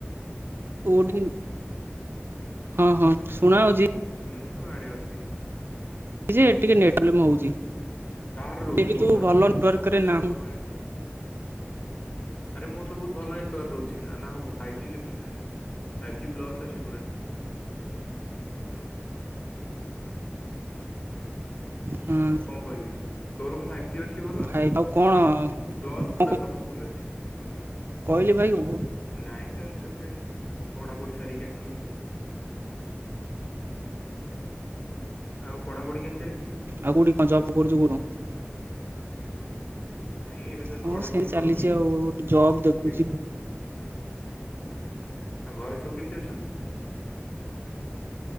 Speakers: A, on the right (about 55°); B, on the left (about 45°).
A: କୋଉଠି ହଁ ହଁ ଶୁଣା ହଉଛି।
B: ମୁଁ ତ ଆଡେ ଅଛି।
A: ଯେ ଟିକେ ନେଟ୍ଲେମ୍ ହଉଛି।
B: ତା ର ରହୁଛି
A: ଯେହେତୁ
B: ମୋର ତ ରହୁନି
A: ଭଲ ନେଟୱାର୍କରେ
B: ନା ମୋର ତ ବହୁତ୍
A: ନାହିଁ
B: ଭଲ ନେଟ୍- ଆରେ ମୋର ସବ ବହୁତ ଭଲ ନେଟୱାର୍କ ରହୁଛି ନାଁ ଫାଇବଜି ଲେଖୁଛି ନା। ଫାଇଭ୍ ଜି ପ୍ଲସ୍ ଅଛି ପୁରା।
A: ହଁ
B: ଆଉ କଣ କହିବି ତୋର କଣ ଫାଇଭ୍ ଜି ଅଛି। ଶୁଭୁଛି ଭଲ
A: ଭାଇ ଆଉ କଣ
B: ପ୍ଲସ୍
A: କଣ
B: ପୁରା ସବୁ ଫୁଲୁ ଅଛି ଖୁଣ୍ଟି।
A: କହିଲି ଭାଇ ହୁଁ
B: ନାଇଁ ଜଷ୍ଟ୍ ଏବେ ପଢ଼ାପୁଢ଼ି ସାରିକି ଆସିଲି। ଆଉ ପଢ଼ାପଢ଼ି କେମିତି ଚାଲିଚି?
A: ଆଉ କୋଉଠି କଣ ଜବ୍ କରୁଛ କହୁନ?
B: ନାଇଁ ଏବେ ତ
A: ହଁ
B: ପଢାପଢି
A: ସେଇ
B: କରୁଛି
A: ଚାଲିଛି ଆଉ ଜବ୍ ଦେଖୁଛି।
B: ଏ ଆଉ ଘରେ ସବୁ କେମିତି ଅଛନ୍ତି?